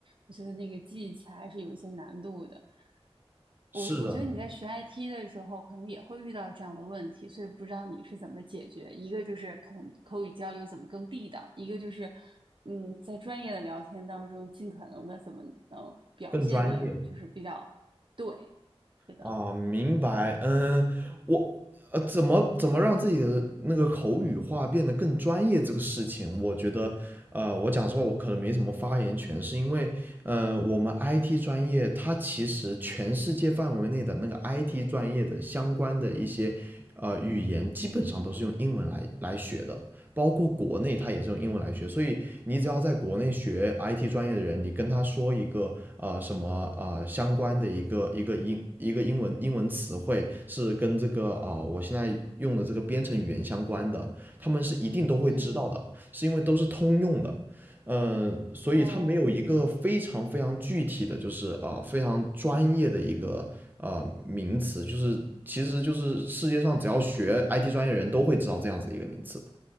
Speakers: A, on the right; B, on the right.
A: 我觉得那个记忆起来还是有一些难度的。
B: 是的，
A: 我我觉得你在学 IT 的时候，可能也会遇到这样的问题，所以不知道你是怎么解决。一个就是可能口语交流怎么更地道，一个就是嗯，在专业的聊天当中，尽可能的怎么能表现的，
B: 更专业，
A: 就是比较对，是的，
B: 啊，明白。嗯，我呃，怎么怎么让自己的那个口语化变得更专业这个事情，我觉得，呃，我讲实话，我可能没什么发言权，是因为，呃，我们 IT 专业，它其实全世界范围内的那个 IT 专业的相关的一些，呃，语言基本上都是用英文来来学的。包括国内他也是用英文来学，所以你只要在国内学 IT 专业的人，你跟他说一个呃什么呃相关的一个一个英一个英文英文词汇是跟这个啊、呃我现在用的这个编程语言相关的，他们是一定都会知道的，
A: 嗯，
B: 是因为都是通用的。嗯，所以它没有一个非常非常具体的，
A: 哦，
B: 就是啊、呃非常专业的一个呃名词，就是其实就是世界上只要学 IT 专业的人都会知道这样子一个名词。